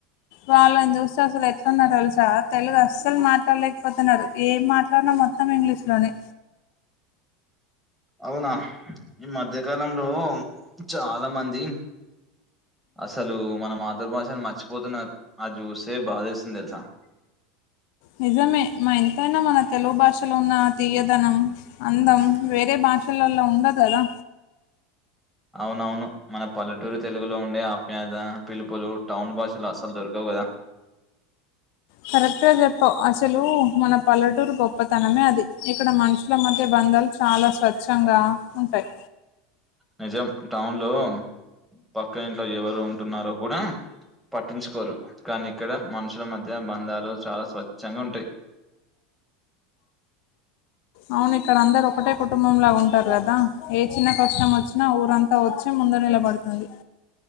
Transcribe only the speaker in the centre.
అవునా ఈ మధ్యకాలంలో చాలా మంది అసలు మన మాతృభాషని మర్చిపోతున్నారు అది చూస్తే బాధేస్తుంది తెలుసా
అవునవును మన పల్లటూరు తెలుగులో ఉండే ఆప్యాయత పిలుపులు టౌన్ భాషలో అసలు దొరకవు కదా
నిజం టౌన్ లో పక్క ఇంట్లో ఎవరు ఉంటున్నారో కూడా పట్టించుకోరు కానీ ఇక్కడ మనుషుల మధ్య బంధాలు చాలా స్వచ్ఛంగా ఉంటాయి